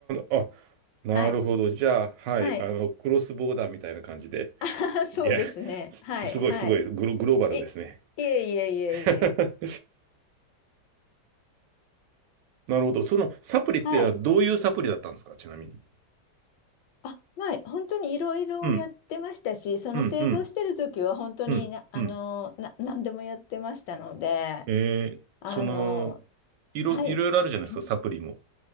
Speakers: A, on the right; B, on the left.
A: あ、あ、なるほど。
B: はい。
A: じゃあ、はい、
B: はい。
A: あの、クロスボーダーみたいな感じで。
B: <laughs> そうですね。
A: いや、す、
B: はい。
A: <laughs> すごいすごい、
B: はい。
A: グロ、グローバルですね。
B: え、いえいえいえいえ。
A: <laughs> なるほど。そのサプリってどういうサプリだったんですか、
B: はい。
A: ちなみに。
B: あ、まあ、本当にいろいろやってましたし、
A: うん、
B: その製造してる時は本当にな、
A: うん、うん、うん、
B: あの、
A: うん。
B: な、何でもやってましたので、
A: えー、
B: あの、
A: その、いろ、
B: はい。
A: いろいろあるじゃないですか、
B: <laughs>
A: サプリも。